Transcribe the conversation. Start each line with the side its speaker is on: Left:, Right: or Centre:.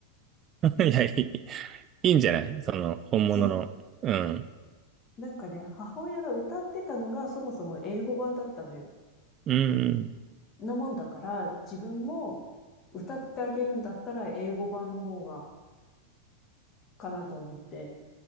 Right: <laughs> いや、いい、いいんじゃないその、本物の。
Left: そう。
Right: うん。
Left: なんかね、母親が歌ってたのがそもそも英語版だったのよ。
Right: うん。
Left: なもんだから、自分も歌ってあげるんだったら英語版の方がかなと思って。